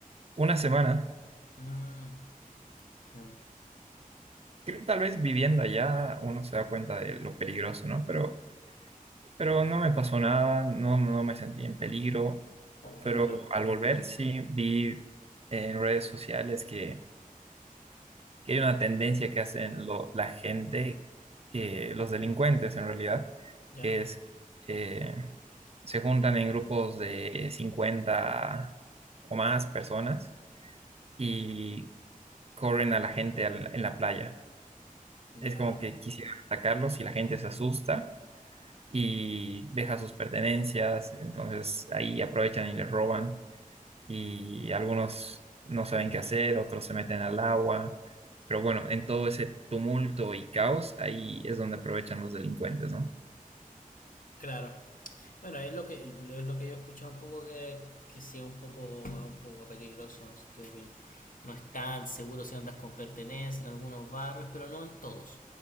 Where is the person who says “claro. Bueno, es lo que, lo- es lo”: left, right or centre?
Left